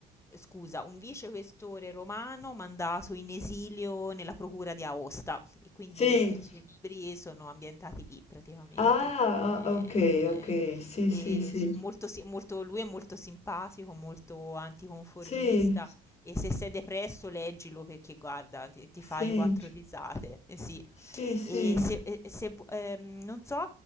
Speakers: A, on the left; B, on the left.
A: scusa, un vicequestore romano mandato in esilio nella procura di Aosta. E quindi
B: sì,
A: i, su- i suoi libri sono ambientati lì praticamente.
B: ah,
A: E,
B: ah, ok, ok, sì,
A: e
B: sì, sì,
A: s- molto, si- molto- lui è molto simpatico, molto anticonformista.
B: sì,
A: E se sei depresso, leggilo perché guarda, ti, ti fai
B: sì,
A: quattro risate. Eh sì,
B: sì, sì.
A: e se, e- e se vu- ehm, non so